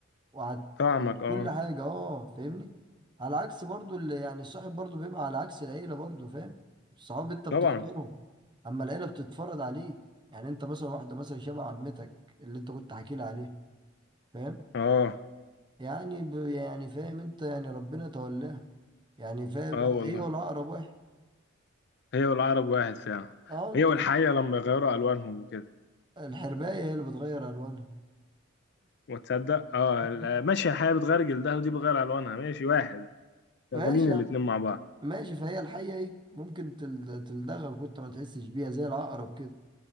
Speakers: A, on the right (about 25°); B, on the left (about 60°).
A: وعت...
B: فاهمك
A: يعني
B: اه
A: كل حاجة اه فاهمني على عكس برضو اللي يعني الصاحب برضو بيبقى على عكس العيلة برضو فاهم الصحاب انت بتختارهم
B: طبعا
A: اما العيلة بتتفرض عليك يعني انت مثلا واحدة مثلا شبه عمتك اللي انت كنت حكي لي عليه فاهم
B: اه
A: يعني ب... يعني فاهم انت يعني ربنا تولاها يعني فاهم
B: اه والله
A: هي والعقرب واحد
B: هي والعرب واحد فعلا
A: اه انت
B: هي والحيه
A: فاهم
B: لما يغيروا الوانهم وكده
A: الحرباية هي اللي بتغير الوانها
B: وتصدق اه
A: <laughs>
B: لا، ماشي الحيه بتغير جلدها ودي بتغير الوانها ماشي واحد شغالين
A: ماشي يعني
B: الاتنين مع بعض
A: ماشي فهي الحية ايه ممكن تل- تلدغك وانت ما تحسش بيها زي العقرب كده